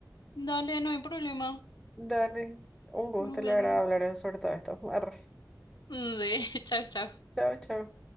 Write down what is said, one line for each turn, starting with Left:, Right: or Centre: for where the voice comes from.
Left: Dale, no hay problema.
Centre: Dale, un gusto,
Left: Nos vemos.
Centre: la verdad, hablar sobre todo esto. Arre.
Left: Mm, Sí, <laughs> chao, chao.
Centre: Chao, chao.